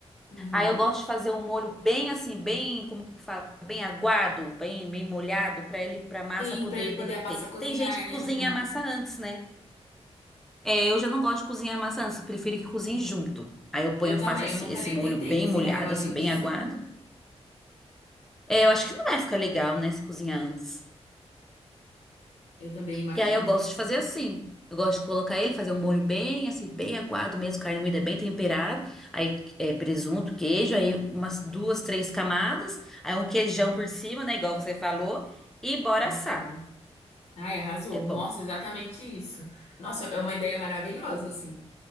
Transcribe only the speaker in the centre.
Aí eu gosto de fazer um molho bem assim, bem, como que fala? Bem aguado, bem, bem molhado, pra ele, pra massa
poder
derreter.
Tem gente que
cozinha
a massa antes, né? É, eu já não gosto de cozinhar a massa antes, eu prefiro que cozinhe junto. Aí eu ponho,
eu
faço esse,
esse
molho
bem
molhado,
assim, bem aguado. É, eu acho que não vai ficar legal, né, se cozinhar antes.
E aí eu gosto de fazer assim. Eu gosto de colocar ele, fazer um molho bem, assim, bem aguado mesmo, carne moída bem temperada. Aí é, presunto, queijo, aí umas duas, três camadas. Aí um queijão por cima, né? Igual você falou. E bora
assar.
É bom.